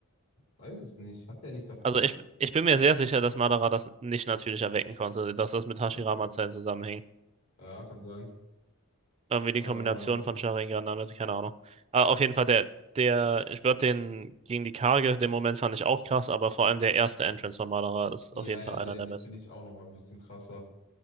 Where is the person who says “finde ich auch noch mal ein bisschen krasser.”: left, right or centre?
Left